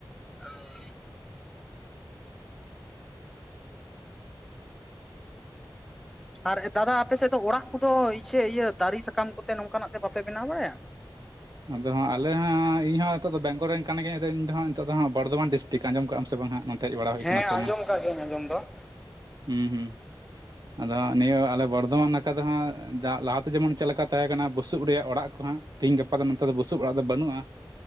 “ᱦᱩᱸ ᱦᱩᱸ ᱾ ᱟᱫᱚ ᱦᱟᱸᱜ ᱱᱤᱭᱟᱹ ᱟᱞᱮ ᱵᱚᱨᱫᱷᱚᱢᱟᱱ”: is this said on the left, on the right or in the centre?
Right